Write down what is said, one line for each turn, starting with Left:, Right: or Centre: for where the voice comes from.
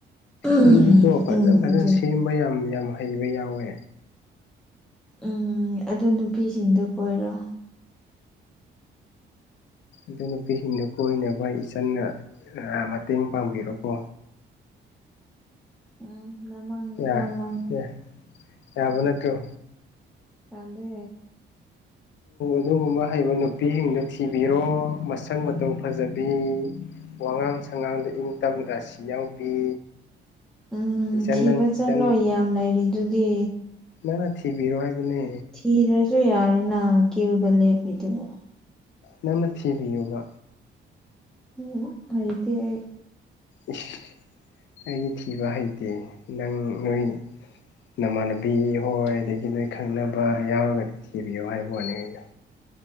Centre: ꯎꯝ
Left: ꯃꯤꯗꯤꯀꯣ ꯐꯖ
Centre: ꯎꯝ
Left: ꯐꯖꯅ
Centre: ꯑꯗꯨꯅꯦ
Left: ꯁꯦꯝꯕ ꯌꯥꯝ ꯌꯥꯝ ꯍꯩꯕ ꯌꯥꯎꯋꯦ
Centre: ꯎꯝ ꯑꯗꯨ ꯅꯨꯄꯤꯁꯤꯡꯗꯣ ꯀꯣꯏꯔꯣ
Left: ꯑꯗꯨ ꯅꯨꯄꯤꯁꯤꯡꯗꯣ ꯀꯣꯏꯅꯕ ꯏꯆꯟꯅ ꯃꯇꯦꯡ ꯄꯥꯡꯕꯤꯔꯣꯀꯣ
Centre: ꯎꯝ ꯅꯃꯥꯡ ꯅꯄꯥꯃꯥꯡ
Left: ꯌꯥ ꯌꯥ ꯌꯥꯕ ꯅꯠꯇ꯭ꯔꯣ
Centre: ꯌꯥꯗꯦ
Left: ꯑꯗꯨꯒꯨꯝꯕ ꯍꯩꯕ ꯅꯨꯄꯤꯁꯤꯡꯗꯨ ꯊꯤꯕꯤꯔꯣ ꯃꯁꯛ ꯃꯇꯧ ꯐꯖꯕꯤ ꯋꯥꯉꯥꯡ ꯁꯉꯥꯡꯗ ꯏꯪ ꯇꯝ ꯔꯥꯁꯤ ꯌꯥꯎꯕꯤ
Centre: ꯎꯝ
Left: ꯏꯆꯟ
Centre: ꯊꯤꯕ
Left: ꯅꯪ
Centre: ꯆꯠꯂꯣꯏ
Left: ꯏꯆꯟ
Centre: ꯌꯥꯝ ꯂꯩꯔꯤꯗꯨꯗꯤ
Left: ꯅꯪꯅ ꯊꯤꯕꯤꯔꯣ ꯍꯥꯢꯕꯅꯦ
Centre: ꯊꯤꯗ꯭ꯔꯁꯨ ꯌꯥꯔꯦꯅ ꯀ꯭ꯌꯨꯗ ꯂꯦꯞꯄꯤꯗꯨꯕꯨ
Left: ꯅꯪꯅ ꯊꯤꯕꯤꯌꯨꯕ
Centre: ꯎꯝ ꯍꯩꯗꯦ ꯑꯩ
Left: ꯢꯁ ꯑꯩꯗꯤ ꯊꯤꯕ ꯍꯥꯏꯇꯦ ꯅꯪ ꯅꯣꯏ ꯅꯃꯥꯟꯅꯕꯤ ꯍꯣꯏ ꯑꯗꯒꯤ ꯅꯣꯏ ꯈꯪꯅꯕ ꯌꯥꯎꯔꯒꯗꯤ ꯊꯤꯕꯤꯌꯨ ꯍꯥꯏꯕꯩ ꯋꯥꯅꯤ ꯑꯩꯅ